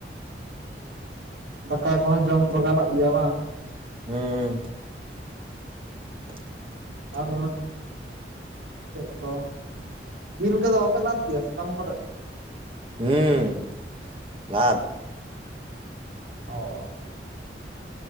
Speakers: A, on the right; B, on the right.
A: ᱫᱟᱠᱟ ᱠᱚᱦᱚᱸ ᱡᱚᱢ ᱫᱚ
B: ᱟᱨᱚ
A: ᱜᱟᱱᱚᱜ ᱜᱮᱭᱟ ᱵᱟᱝ?
B: ᱦᱩᱸ <inaudible>
A: ᱟᱨ ᱪᱮᱜ ᱠᱚ ᱡᱤᱞ ᱠᱚᱫᱚ ᱵᱟᱯᱮ ᱞᱟᱫ ᱜᱮᱭᱟ ᱥᱟᱠᱟᱢ ᱠᱚᱨᱮᱜ?
B: ᱦᱩᱸ ᱞᱟᱫ
A: ᱚ